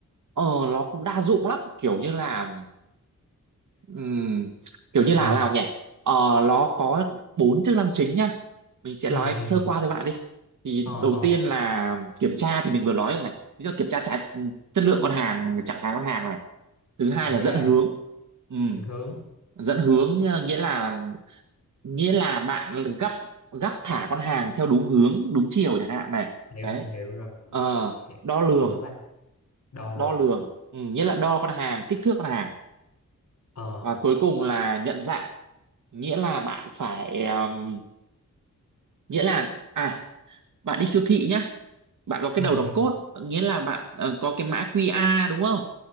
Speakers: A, on the right; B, on the left.
A: ờ, nó cũng đa dụng lắm kiểu như là Ừm, kiểu như là
B: ừ
A: nào nhỉ ờ, nó có bốn chức năng chính nhá mình sẽ
B: ừ
A: nói
B: ừ
A: sơ qua với bạn đi thì
B: ờ
A: đầu
B: ờ
A: tiên là kiểm tra thì mình vừa nói rồi này ví dụ kiểm tra trái, chất lượng con hàng trạng thái con hàng này thứ hai
B: kiểm
A: là
B: tra
A: dẫn hướng Ừm,
B: định hướng
A: dẫn hướng ờ, nghĩa là nghĩa là bạn gấp gấp thả con hàng theo đúng hướng đúng chiều chẳng hạn này
B: hiểu
A: đấy
B: hiểu hiểu rồi rồi,
A: Ờ,
B: hiểu.
A: đo lường
B: còn thứ ba đo lường
A: đo lường Ừm, nghĩa là đo con hàng kích thước con hàng
B: ờ
A: và cuối cùng là nhận dạng nghĩa là bạn phải um, nghĩa là à bạn đi siêu thị nhá bạn có
B: ừ
A: cái đầu đọc
B: ừ
A: code nghĩa là bạn ờ, có cái mã QR đúng không